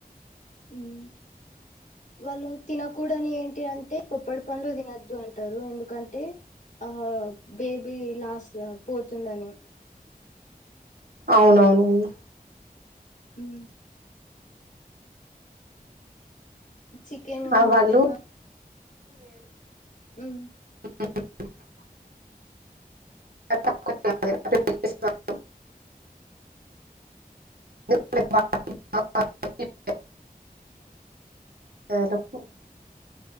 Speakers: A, on the left; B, on the right.
A: మ్ వాళ్ళు తినకూడనీ టి అంటే పొప్పడి పండ్లు తినొద్దు అన్ అంటారు ఎందుకంటే, ఆ బేబీ లాస్ పోతుందని.
B: అవునవునన్
A: మ్ చికెను
B: ఆ
A: మటను
B: వాళ్ళు
A: మ్
B: ఓయూ <unintelligible> <unintelligible> యాలకు